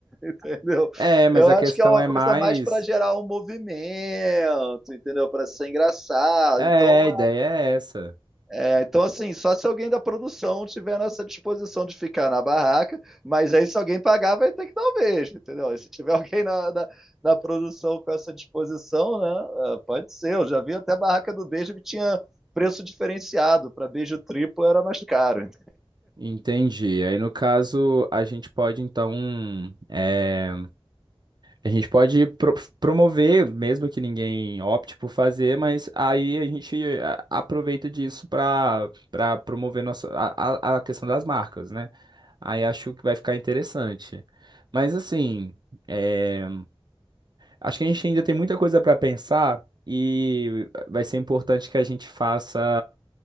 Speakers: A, in the centre; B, on the right.
A: entendeu?
B: É, mas
A: Eu
B: a questão
A: acho que é uma
B: é
A: coisa
B: mais.
A: mais para gerar um movimento, entendeu? Para ser engraçado.
B: É,
A: Então,
B: a ideia é essa.
A: é, é, então, assim, só se alguém da produção tiver nessa disposição de ficar na barraca, mas aí se alguém pagar, vai ter que dar um beijo, entendeu? E se tiver alguém na, na, na produção com essa disposição, né? é, Pode ser. Eu já vi até a barraca do beijo que tinha preço diferenciado. Para beijo triplo era mais caro.
B: Entendi. Aí, no caso, a gente pode, então, é, a gente pode pro- promover, mesmo que ninguém opte por fazer, mas aí a gente a- aproveita disso para para promover nossa, a, a a questão das marcas, né? Aí acho que vai ficar interessante. Mas, assim, é, acho que a gente ainda tem muita coisa para pensar e vai ser importante que a gente faça.